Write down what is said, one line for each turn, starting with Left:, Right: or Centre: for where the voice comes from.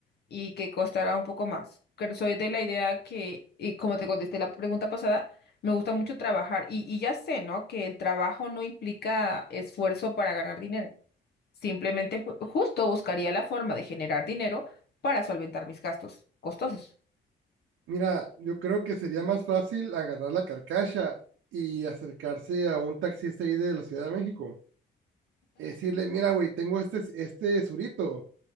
Left: y que costará un poco más. Pero soy de la idea que, y como te contesté la pregunta pasada, me gusta mucho trabajar. Y, y ya sé, ¿no? Que el trabajo no implica esfuerzo para ganar dinero. Simplemente, ju- justo buscaría la forma de generar dinero para solventar mis gastos costosos.
Right: Mira, yo creo que sería más fácil agarrar la carcacha y acercarse a un taxista ahí de la Ciudad de México es decirle, mira, güey, tengo este, este surito,